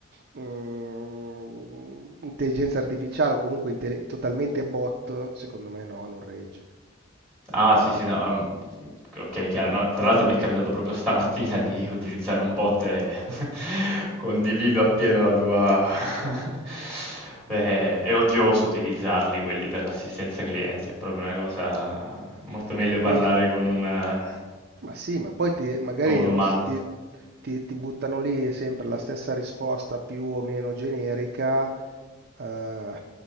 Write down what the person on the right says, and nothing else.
mm, intelligenza artificiale o comunque inte- totalmente bot, secondo me no, non regge.
Ma poi
Ma sì, ma poi ti- magari
no,
si ti, ti- ti buttano lì sempre la stessa risposta più o meno generica, eh,